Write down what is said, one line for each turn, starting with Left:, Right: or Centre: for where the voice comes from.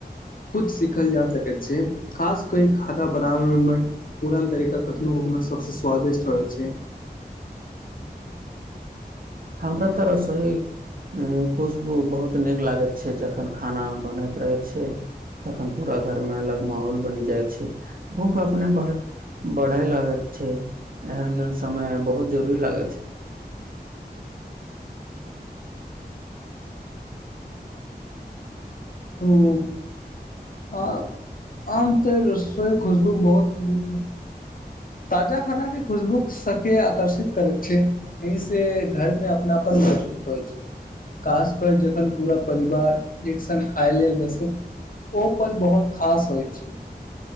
Left: कुछ सीखल जा सकैत छै खास क ई खाना बनाबऽ मे पुरान तरीका कखनो कखनो सबस स्वादिष्ट रहैइ छै
Right: हमर तऽ रसोई खुशबू बहुत नीक लागैत छै जखन खाना बनैत रहैत छै तखन पूरा घरमे अलग महौल बनि जाइ छै भूख अपने बढ़ बढ़ै लागत छै एहन समय बहुत जरूरी लागै छै
Left: ऊ आ आम तऽ तो <unintelligible> र खुशबू बहुत ही ताजा खाना के खुशबू सके आकर्षित करै छै एहि से घर मे अपनापन महसूस होइ छै कास कर जखन पूरा परिवार एक सनक खाय लेल बसति ओ पल बहुत खास होयत छै